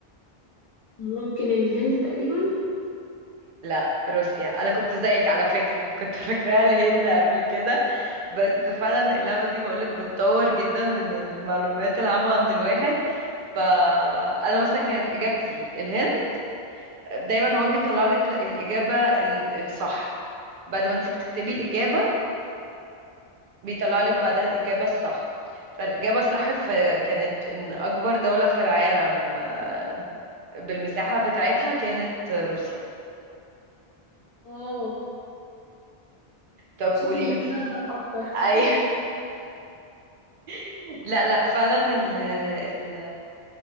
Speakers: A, on the left (about 45°); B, on the right (about 65°).
A: ممكن الهند تقريبا
B: لا روسيا أنا كنت زيك على فكرة كنت <laughs> فاكراها الهند قبل كده بس فعلا اللعبة دي بقولك بتطور جدا من المعلومات العامة عند الواحد فأنا مثلا كانت إجابتي الهند دايما هو بيطلع لك الإجابة ال- الصح بعد ما انت بتكتبي الإجابة بيطلع لك بعدها الإجابة الصح فالإجابة الصح في كانت إن أكبر دولة في العالم آه، بالمساحة بتاعتها كانت روسيا
A: اه
B: طب
A: شكلي
B: قولي
A: محتاجة
B: لي
A: أقرأ أكتر <laughs>
B: أي <laughs> لا لا فعلا ال ال